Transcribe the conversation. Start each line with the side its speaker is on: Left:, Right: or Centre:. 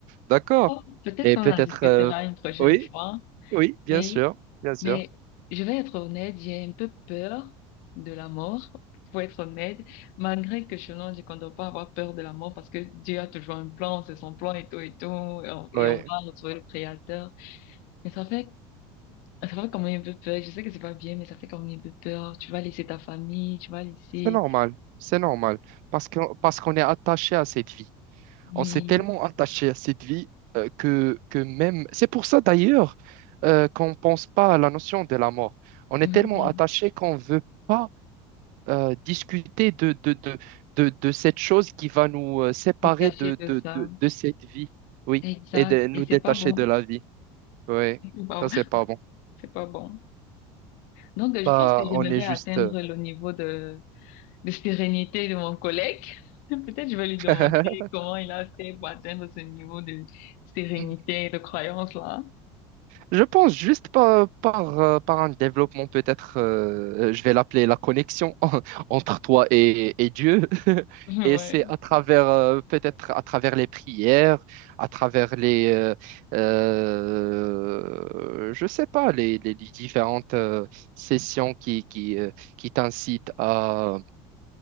Right: D'accord.
Left: Oh, Peut-être
Right: Et
Left: qu'on
Right: peut-être...
Left: en discutera
Right: euh,
Left: une prochaine
Right: Oui,
Left: fois.
Right: oui, bien
Left: Oui,
Right: sûr, bien sûr.
Left: mais je vais être honnête, j'ai un peu peur de la mort, pour être honnête, malgré que je non, qu'on ne compte pas avoir peur de la mort parce que Dieu a toujours un plan, c'est son plan et tout et tout, et on, et
Right: Oui,
Left: on va retrouver le Créateur. Mais ça fait, ça fait quand même un peu peur, je sais que c'est pas bien, mais ça fait quand même un peu peur. Tu vas laisser ta famille, tu vas laisser,
Right: C'est normal, c'est normal, parce que, parce qu'on est attaché à cette vie.
Left: oui,
Right: On s'est tellement attaché à cette vie euh, que, que même... C'est pour ça d'ailleurs euh, qu'on ne pense pas à la notion de la mort. On est
Left: oui,
Right: tellement attaché qu'on ne veut pas euh, discuter de, de, de, de, de cette chose qui va nous euh, séparer
Left: détacher
Right: de,
Left: de
Right: de,
Left: ça.
Right: de, de cette vie, oui,
Left: Exact,
Right: et de nous
Left: et c'est
Right: détacher
Left: pas bon,
Right: de la vie. Oui,
Left: <laughs> c'est pas
Right: ça,
Left: bon.
Right: c'est pas bon.
Left: C'est pas bon. Donc, euh,
Right: Bah,
Left: je pense que j'aimerais
Right: on est juste...
Left: atteindre le niveau de de sérénité de mon collègue. <laughs> Peut-être je vais lui demander
Right: euh,
Left: comment il a fait pour atteindre ce niveau de sérénité
Right: <laughs>
Left: et de croyance là. <laughs>
Right: Je pense juste par, par, euh, par un développement, peut-être, euh, euh, je vais l'appeler la connexion <laughs> en- entre toi et, et Dieu. <laughs>
Left: Ouais.
Right: Et c'est à travers, euh, peut-être à travers les prières, à travers les, euh, euh, je sais pas, les, les- les différentes euh, sessions qui, qui, euh, qui t'incitent à,